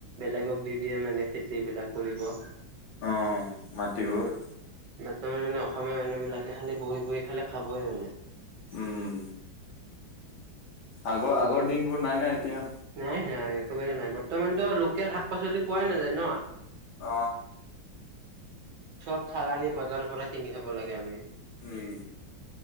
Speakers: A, on the right (about 65°); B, on the left (about 75°).
A: বেলেগক দি দিয়ে মানে খেতি বিলাক কৰিব।
B: অ মাটিবোৰ।
A: তুমি মানে অসমীয়া মানুহ বিলাকে খালি বহি বহি খালে খাবহে জানে।
B: উম। আগৰ আগৰ দিনবোৰ নাই নাই এতিয়া।
A: নাই নাই একোবাৰে নাই বৰ্তমানতো লোকেল শাক পাচলি পোৱাই নাযায় ন।
B: অ
A: চব চালানি বজাৰৰ পৰা কিনি খাব লাগে আমি।
B: উম